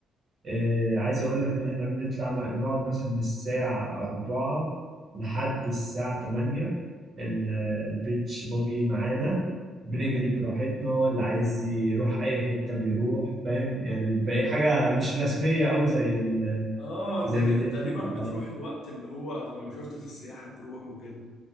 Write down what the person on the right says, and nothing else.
إيه عايز اقول لك ان احنا بنطلع م- بنقعد مثلا من الساعه 4 لحد الساعه 8 ال- البيتش بوجي معانا بنجري براحتنا اللي عايز يروح اي حته بيروح فاهم يعني بيبقى أي حاجه مش رسميه او زي ال...
زي
ما بيعملوا
الرحلات